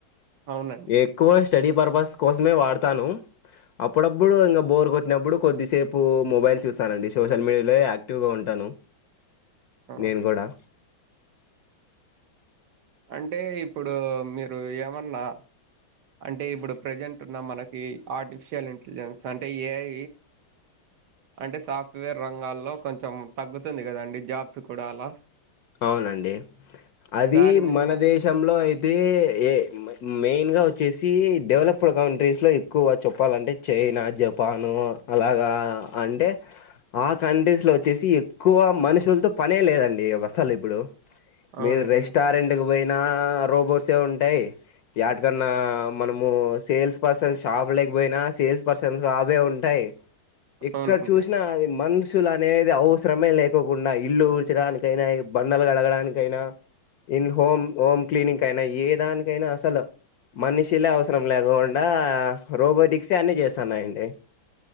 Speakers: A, on the right (about 65°); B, on the left (about 65°).
A: అవునండి
B: ఎక్కువ వర్ష స్టడీ పర్పస్ కోసమే వాడతాను అప్పుడప్పుడు ఇంకా బోర్క కోట్ ఇచ్చినప్పుడు కొద్దిసేపు మొబైల్ చూస్తానండి సోషల్ మీడియాలో యాక్టివ్ గా ఉంటాను
A: ఆహా.
B: నేను కూడా అ
A: అంటే ఇప్పుడు మీరు ఏమన్నా అంటే ఇప్పుడు ప్రజెంట్ ఉన్న మనకి ఆర్టిఫిషియల్ ఇంటెలిజెన్స్ అంటే ఏఐ అంటే సాఫ్ట్వేర్ రంగాల్లో కొంచెం తగ్గుతుంది కదండి జాబ్స్ కూడా అలా
B: అవునండి అది
A: దాని మింద
B: మన దేశంలో అయితే ఏ మెయిన్గా వచ్చేసి డెవలప్డ్ కంట్రీస్ లో ఎక్కువ గా చెప్పాలంటే చైనా జపాను అలాగా అంటే ఆ కంట్రీస్ లో వచ్చేసి ఎక్కువ మనుషులతో పనే లేదండి వాళ్ళకి మసాలేపుడు
A: అవునండి
B: మీరు రెస్టారెంటు కి పోయి ఆ రోబోట్సే ఉంటాయి. ఎటికన్నా మనము సేల్స్ పర్సన్ షాప్ లేకపోయినా సేల్స్ పర్సన్ షాపే ఉంటాయి. ఎక్కడ
A: అవునండి
B: చూసినా అది మనస్ వ్యక్తులు అనేది అవసరమే లేకకుండా ఇల్లు ఊడ్చడానికైనా వ్యక్ బండలు కడగడానికైనా ఇన్ హోమ్ హోమ్ క్లీనింగ్ కి అయినా ఏ దానికైనా అసలు మనిషిలే అవసరం లేకకుండా రోబోటిక్ క్షన్ని చేస్తున్నాయండి